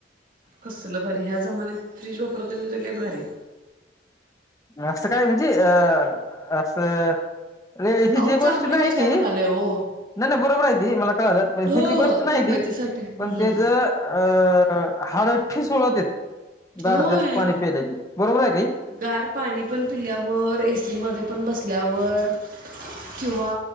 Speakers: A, on the right (about 50°); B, on the left (about 20°).
A: कसलं भारी ह्या जमान्यात फ्रीज वापरत नाही, मंजे लई भारी.
B: असं काय म्हणजे अ असं. रे
A: अहो
B: हिजी
A: चांगली
B: गोष्ट नाही
A: आहे
B: ती
A: म्हणालोय ओ.
B: नाही नाही बरोबर आहे ते मला कळालं,
A: हो
B: हेजि गोष्ट नाही
A: तब्येतीसाठी
B: ती
A: हम्म
B: पण त्याज अ अ हाडं ठिसूळ होत्यात गार
A: होय.
B: जास्त पाणी पिल की बरोबर आहे काही
A: गार पाणी पण पिल्यावर, ए सी मध्ये पण बसल्यावर किंवा